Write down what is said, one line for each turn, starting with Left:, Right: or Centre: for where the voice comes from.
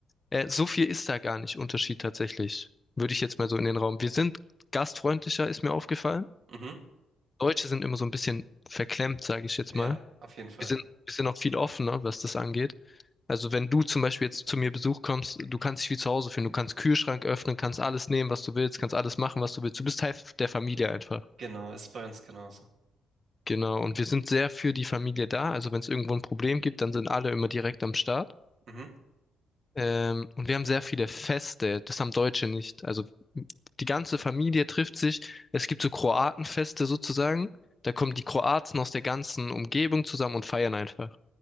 Left: äh, so viel ist da gar nicht Unterschied tatsächlich. Würde ich jetzt mal so in den Raum. Wir sind gastfreundlicher, ist mir aufgefallen.
Right: Mhm.
Left: Deutsche sind immer so ein bisschen verklemmt, sage ich jetzt
Right: Ja,
Left: mal.
Right: auf jeden Fall.
Left: Wir sind, wir sind auch viel offener, was das angeht. Also wenn du zum Beispiel jetzt zu mir Besuch kommst, du kannst dich wie zu Hause fühlen. Du kannst Kühlschrank öffnen, kannst alles nehmen, was du willst, kannst alles machen, was du willst. Du bist Teil der Familie einfach.
Right: Genau, ist bei uns genauso.
Left: Genau. Und wir sind sehr für die Familie da. Also wenn es irgendwo ein Problem gibt, dann sind alle immer direkt am Start.
Right: Mhm.
Left: Ähm, und wir haben sehr viele Feste. Das haben Deutsche nicht. Also die ganze Familie trifft sich. Es gibt so Kroatenfeste sozusagen. Da kommen die Kroaten aus der ganzen Umgebung zusammen und feiern einfach.